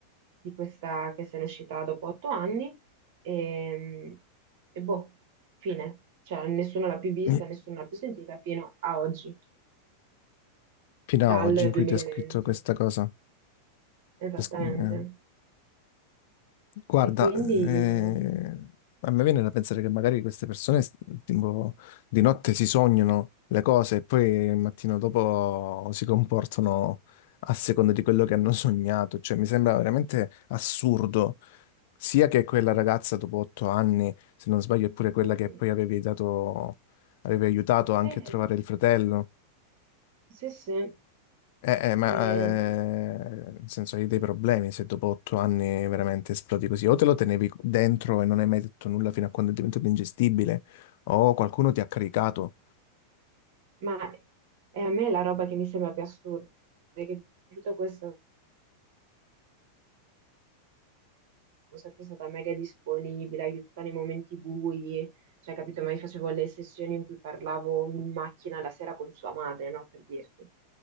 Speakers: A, on the right; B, on the left.
A: di questa che se n'è uscita dopo otto anni e, e boh, fine. Cioè, nessuno l'ha più vista,
B: <clears throat>
A: nessuno l'ha più sentita fino a oggi,
B: fino
A: dal
B: a oggi in cui
A: 2020,
B: ti ha scritto questa cosa.
A: esattamente.
B: Pes- eh, Guarda,
A: E quindi,
B: eh, a me viene da pensare che magari queste persone s- tipo, di notte si sognano le cose e poi il mattino dopo si comportano a seconda di quello che hanno sognato. Cioè, mi sembra veramente assurdo. Sia che quella ragazza dopo otto anni, se non sbaglio, è pure quella
A: mm,
B: che
A: mm,
B: poi avevi dato, avevi aiutato
A: sì,
B: anche a trovare il fratello.
A: sì, sì.
B: Eh, eh, ma
A: Eh,
B: eh, nel senso hai dei problemi se dopo otto anni veramente esplodi così, o te lo tenevi dentro e non hai mai detto nulla fino a quando è diventato ingestibile, o qualcuno ti ha caricato.
A: Ma è a me la roba che mi sembra più assurda, è che tutto questo sono sempre stata mega disponibile, aiutata nei momenti bui, cioè capito, ma io facevo le sessioni in cui parlavo in macchina la sera con sua madre, no? Per dirti.